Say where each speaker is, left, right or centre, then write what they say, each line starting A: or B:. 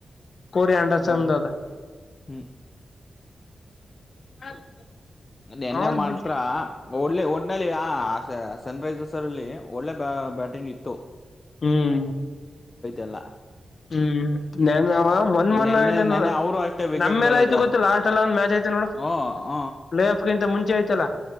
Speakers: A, on the left; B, on the left.
A: ಕೊರಿಯಾಂಡರ್ಸನ್
B: ಯಾರ್ದು
A: ದದ
B: ಹ್ಮ್
A: <unintelligible>
B: ನೆನ್ನೆ
A: ಅವನ್
B: ಮಾತ್ರ
A: ಬಿಟ್
B: ಒಳ್ಳೆ ಓನ್ ಟ್ನಲ್ಲಿ ಆ ಆಸ್ ಸನ್ ರೈಸರ್ಸ್ ಅವರ್ ಇಲ್ಲಿ ಒಳ್ಳೆ ಬಾ ಬ್ಯಾಟಿಂಗ್ ಇತ್ತು
A: ಹ್ಮ್
B: ಎಲ್ಲ
A: ಹ್ಮ್ ನ ಮಂದ್ ಮೊನ್ನ
B: ನೆನ್ನೆ ನೆನ್ನೆ ಅವರು ಅಷ್ಟೇ ವಿಕೆಟ್
A: ನಮ್ಮೆಲೆ
B: ಗಳು
A: ಆಯ್ತು
B: ಜಾಸ್ತಿ
A: ಗೊತ್ತು ಲಾಸ್ಟ್ ಎಲ್ಲ ಒಂದ್ ಮ್ಯಾಚ್ ಆಯ್ತು ನೋಡು
B: ಹ ಹ
A: ಪ್ಲೇ ಆಫ್ ಗಿಂತ ಮುಚೆಯತಲ್ಲ